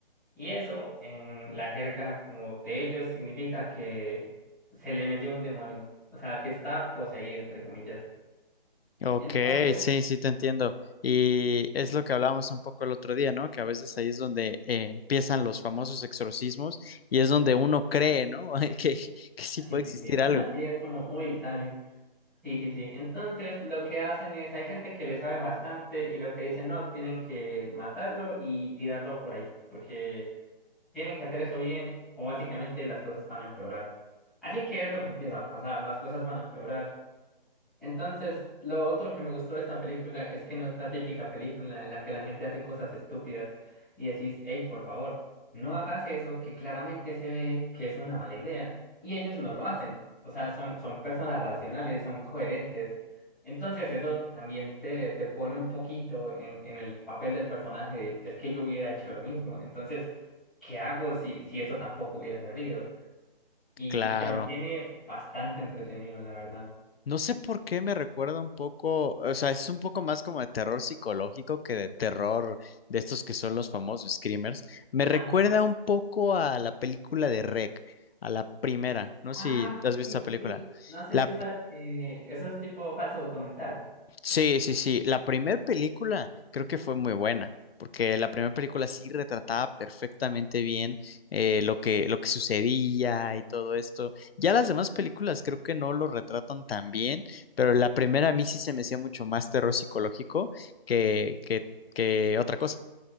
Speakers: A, in the centre; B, on the left (about 80°).
A: Y eso en la jerga como de ellos significa que se le metió un demonio, o sea, que está poseído, entre comillas.
B: Ok,
A: Entonces,
B: sí, sí te entiendo. Y es lo que hablábamos un poco el otro día, ¿no? Que a veces ahí es donde eh, empiezan los famosos exorcismos y es donde uno cree, ¿no? <laughs> Que, que sí puede
A: Sí, sí,
B: existir
A: sí.
B: algo.
A: <laughs> Ahí es como, uy, dale. Sí, sí, sí. Entonces, lo que hacen es, hay gente que le sabe bastante y lo que dicen, no, tienen que matarlo y tirarlo por ahí, porque tienen que hacer eso bien o básicamente las cosas van a empeorar. Así que es lo que empieza a pasar, las cosas van a empeorar. Entonces, lo otro que me gustó de esta película es que no es la típica película en la que la gente hace cosas estúpidas y decís, hey, por favor, no hagas eso que claramente se ve que es una mala idea. Y ellos no lo hacen. O sea, son, son personas racionales, son coherentes. Entonces, eso también te, te pone un poquito en, en el papel del personaje de, es que yo hubiera hecho lo mismo. Entonces, ¿qué hago si, si eso tampoco hubiera servido? Y
B: Claro.
A: te mantiene bastante entretenido, la verdad.
B: No sé por qué me recuerda un poco, o sea, es un poco más como de terror psicológico que de terror de estos que son los famosos screamers. Me recuerda
A: Ajá.
B: un poco a la película de REC, a la primera. No
A: Ah,
B: sé si has visto
A: sí, sí,
B: la película.
A: sí. No sé
B: La,
A: si sabes que eso es tipo falso documental.
B: Sí, sí, sí. La primera película creo que fue muy buena, porque la primera película sí retrataba perfectamente bien eh, lo que, lo que sucedía y todo esto. Ya las demás películas creo que no lo retratan tan bien, pero la primera a mí sí se me hacía mucho más terror psicológico que, que, que otra cosa.